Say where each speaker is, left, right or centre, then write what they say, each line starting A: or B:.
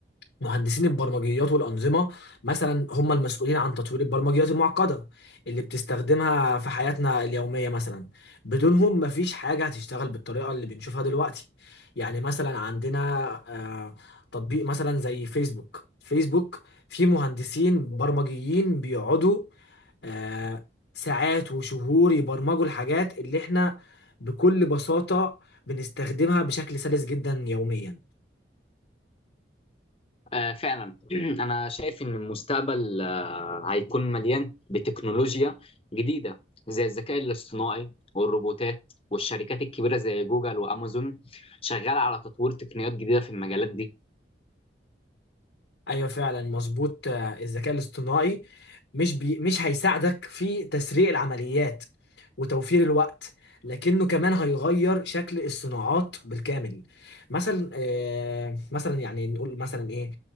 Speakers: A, on the left; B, on the left.
A: مهندسين البرمجيات والانظمه مثلا هم المسؤولين عن تطوير البرمجيات المعقده اللي بتستخدمها في حياتنا اليوميه مثلا بدونهم مفيش حاجه هتشتغل بالطريقه اللي بنشوفها دلوقتي يعني مثلا عندنا آه، تطبيق مثلا زي فيسبوك فيسبوك فيه مهندسين برمجيين بيقعدوا آه، ساعات وشهور يبرمجوا الحاجات اللي احنا بكل بساطة بنستخدمها بشكل سلس جدا يوميا
B: آه فعلا <clears throat> أنا شايف إن المستقبل آه هيكون مليان بتكنولوجيا جديدة زي الذكاء الاصطناعي والروبوتات والشركات الكبيرة زي جوجل وأمازون شغالة على تطوير تقنيات جديدة في المجالات دي
A: ايوه فعلا مظبوط آه، الذكاء الاصطناعي مش بي مش هيساعدك في تسريع العمليات وتوفير الوقت لكنه كمان هيغير شكل الصناعات بالكامل مثلا آه مثلا يعني نقول مثلا ايه